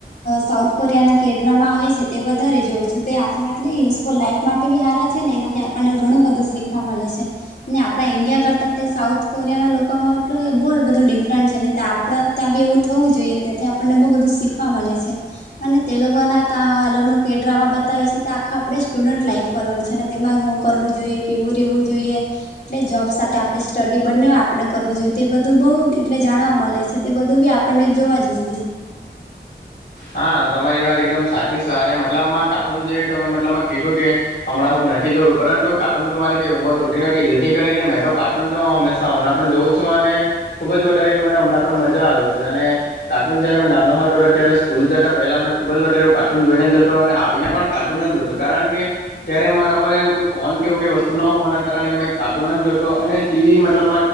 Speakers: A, on the left; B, on the left.
A: સાઉથ કોરિયાના કેડરામાં આવે છે તે વધારે જોવું છેું તે આપણા એટલે યુઝફુલ લાાઈફ માટે બી હારા છે ને એનાથી આપણને ઘણું બધું શીખવા મળે છે ને આપણા ઈન્ડિયા કરતાં તે સાઉથ કોરિયા ના લોકોમાં એટલું બહુ બધું ડિફરન્ટ છે ને આપ ત્યાં બી એવું થવું જોઈએ ત્યાંથી આપણને બહુ બધું શીખવા મળે છે. અને તેલગના ત અલગનો કે ડ્રામા બતાવે છે તે આખા આપડે સુડન્ટ લાઈફ કર છે ને તેમાં શું કરવું જોઈએ કેવું રેવું જોઈએ એટલે જોબ સાથે આપણે સ્ટડી બને હોય આપડણે કરવું જોઈએ તે બધું બઉ એટલે જાણવા મળે છે. તે બધું બી આપણને જ જોવા જોઈએ
B: હા તમારી વાત એકદમ સાચી છે. અને મતલબમાં કા્ટુન જે તમે મતલબમાં કીધું કે હમણાં હું નથી જોયું પરંતુ કાર્ટૂન જોવાની કઈ ઉંમર હોતી નથી જેથી કરીને મેં તો હંમેા હમણાં પણ જોઉં છું અને ખુબ જ વધારે મને હમણાં પણ મજા આવે છે અને કાર્ટૂન જયારે મે નાનો હતો હતો હતો ત્યારે કૂલ જતા પહેલા મે ખૂબ જ વધારેવું કાર્ટૂન જોઈને જતો અને આવીને પણ કાર્ટૂન જ જોતો કારણ કે ત્યારે મારા પર એવું ક ફોન કેવું વસ્તુ ન હોવાના કારણે મેં કાર્ટૂન જોતો અને ટીવી મતલબ